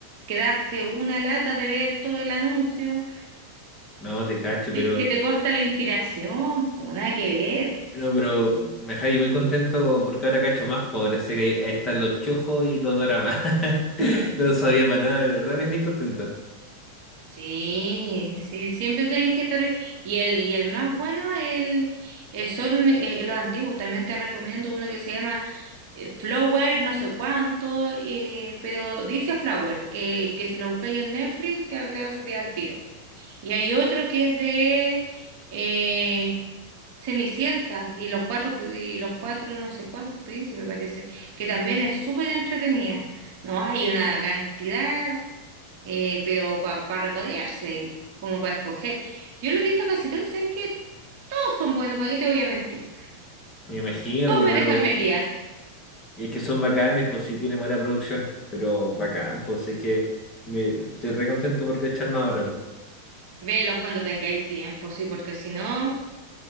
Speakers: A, on the right (about 45°); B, on the left (about 20°).
A: quedarte una lata de ver todo el anuncio,
B: No, te cacho, pero.
A: que te corta la inspiración, pues nada que ver.
B: No, pero me dejáis muy contento porque ahora cacho más pobre. Sé que ahí están los chojos y los dramas. <laughs> No sabía para nada, de verdad me dejáis contento.
A: Sí, sí, siempre tenéis que estar. Y el, y el más bueno el, eh, son eh, los antiguos. También te recomiendo uno que se llama eh, Flower, no sé cuánto, eh, pero dice Flower, que, que si lo buscáis en Netflix te, te va a salir al tiro. Y hay otro que es de eh, Cenicienta y los cuatro, y los cuatro, no sé cuántos príncipes, parece, que también es súper entretenida. No, hay una cantidad eh, pero para regodearse ahí, como para escoger. Yo lo he visto casi todos y sabéis que todos son buenos, ¿para qué te voy a mentir?
B: Me imagino,
A: Todos
B: pues,
A: me
B: pero.
A: dejan metida.
B: Y es que son bacanes, pues sí tienen buena producción, pero bacán, pues es que me, estoy re contento por cacharme ahora, pues.
A: Velos cuando tengáis tiempo, sí, porque si no,